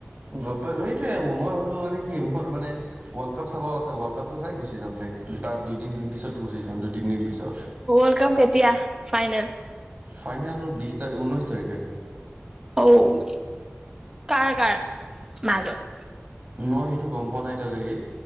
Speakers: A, on the right (about 40°); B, on the right (about 15°).
A: গ পাই সেইটোৱে মই হ'লো মানে কি মোৰ মানে ৱৰ্ল্ড কাপ চাব আ ৱৰ্ল্ডাপটো চাই গুচি যাম নেক্স তাৰ দুইদিন পিছত গুচি যাম দুই তিন দিন পছত
B: ৱৰ্ল্ড কাপ কেতিয়া ফাইনেল
A: ফাইনেল বিশ তাৰিখ ঊনৈছ তাৰিখে
B: অঁ কাৰ কাৰ মাজত
A: মই সেইটো গম পোৱা নাই এতিয়ালৈকে